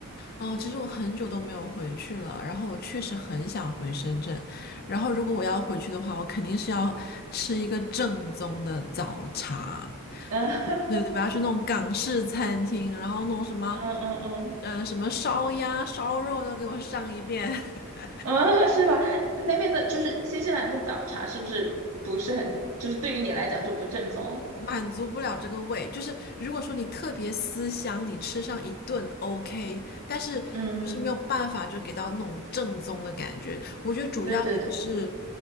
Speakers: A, on the left; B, on the right.
A: 哦，其实我很久都没有回去了，然后我确实很想回深圳，然后如果我要回去的话，我肯定是要吃一个正宗的早茶，
B: 嗯 <laughs>
A: 嗯对对，我要去那种港式餐厅，然后弄什么，
B: 嗯嗯嗯
A: 呃，什么烧鸭、烧肉都给我上一遍。<laughs>
B: 嗯，<laughs> 是吧？那边的就是新西兰的早茶，是不是不是很，就是对于你来讲就不正宗？
A: 满足不了这个味，就是如果说你特别思乡，你吃上一顿 OK，但是就是没有办法就给到那种正宗的感觉。
B: 嗯，
A: 我觉得主要也是
B: 对对对，